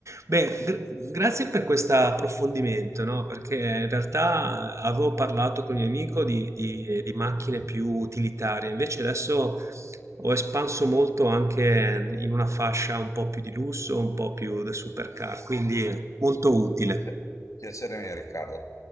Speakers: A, on the right; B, on the left.
A: Beh, gr- grazie per questo approfondimento, no? Perché in realtà avevo parlato con il mio amico di, di- di macchine più utilitarie, invece adesso ho espanso molto anche in una fascia un po' più di lusso, un po' più da supercar, quindi molto utile.
B: Pi- Piacere mio, Riccardo.